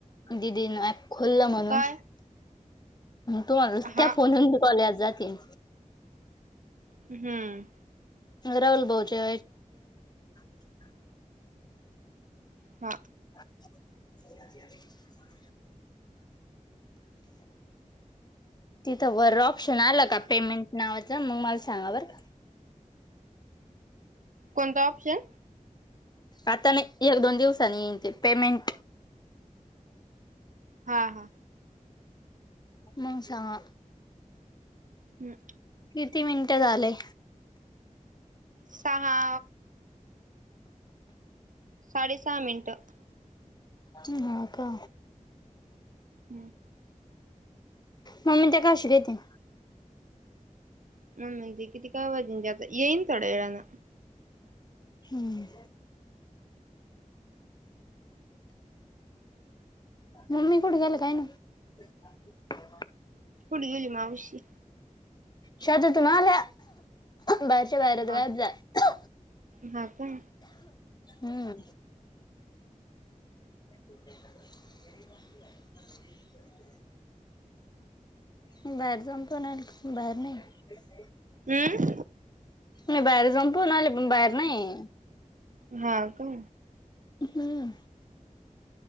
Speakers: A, on the left; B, on the right.
A: दिदीना <unintelligible> खुल्लं म्हणून.
B: काय
A: तू त्या
B: हा
A: फोनून कॉले जातील.
B: हम्म
A: राहुल भाऊच्या <unintelligible>
B: हा
A: <inaudible> तिथं वर ऑप्शन आल का पेमेंट? नावाचं मग मला सांगा बर का.
B: कोणता ऑप्शन?
A: आता नाही एक दोन दिवसानी येईल ते पेमेंट.
B: हा हां
A: मगं सांगा?
B: हम्
A: किती मिनिटं झालेय.
B: सहा साडे सहा मिनिटं
A: ह्म हा का?
B: हम्म.
A: मम्मी त्या काशि देतील.
B: मम्मी तेन किती काय वाजुन देत, येईन थोड्या वेळान.
A: हम्म. मम्मी कुठे गेली काय माहित?
B: कुठे गेली मावशी?
A: शेतातुन आल्या बाहेरच्या बाहेरच
B: हा
A: गायब झाल्या.
B: हा का
A: हम्म. <inaudible> बाहेर जाऊन पण आली, बाहेर नाही.
B: उम्.
A: मी बाहेर जावुनपण आले, पण बाहेर नाहीए.
B: हा का?
A: हुं.